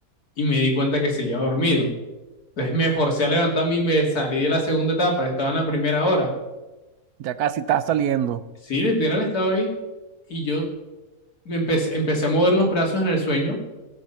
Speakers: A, on the left; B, on the right.
A: y me di cuenta que seguía dormido. Entonces me forcé a levantarme y me salí de la segunda etapa, estaba en la primera hora.
B: Ya casi está saliendo. O
A: Sí, literal estaba ahí y yo me empecé, empecé a mover los brazos en el sueño